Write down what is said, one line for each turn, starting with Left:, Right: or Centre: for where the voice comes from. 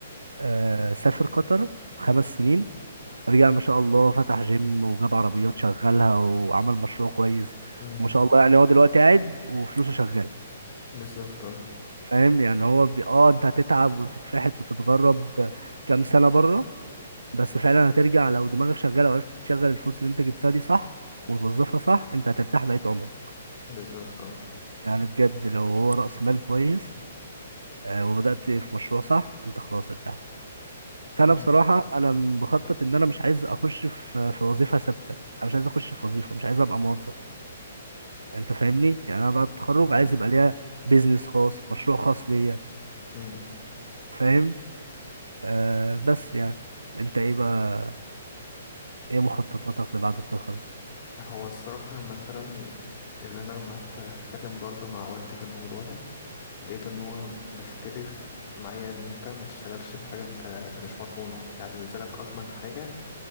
Right: آه سافر قطر خمس سنين رجع ما شاء الله فتح جيم وجاب عربيات شغلها وعمل مشروع كويس
Left: امم
Right: ما شاء الله يعني هو دلوقتي قاعد وفلوسه شغالة
Left: بالظبط اه
Right: فاهم يعني هو بي... اه انت هتتعب وتتفحت وتتغرب كام سنة بره بس فعلا هترجع لو دماغك شغاله وعرفت تشغل الفلوس اللي انت جبتها دي صح وتوظفها صح انت هترتاح بقية عمرك
Left: بالظبط اه
Right: يعني بجد لو هو رأس مال كويس آه، وبدأت في مشروع صح انت خلاص ارتحت فانا
Left: امم
Right: بصراحه انا م- بخطط ان انا مش عايز اخش في في وظيفه ثابته انا مش عايز اخش في وظيفه مش عايز ابقى موظف انت فاهمني يعني انا بعد التخرج
Left: ده
Right: عايز
Left: يعني
Right: يبقى ليا بيزنس خاص مشروع خاص ليا
Left: امم
Right: فاهم آه بس يعني انت ايه بقى ايه مخططاتك لبعد التخرج
Left: هو الصراحة مثلا اللي انا لما قعدت اتكلم برضه مع والدي في الموضوع ده لقيت ان هو مختلف معايا ان انت ما تشتغلش في حاجه ده, ده مش مضمونه يعني بالنسبه لك اضمن حاجه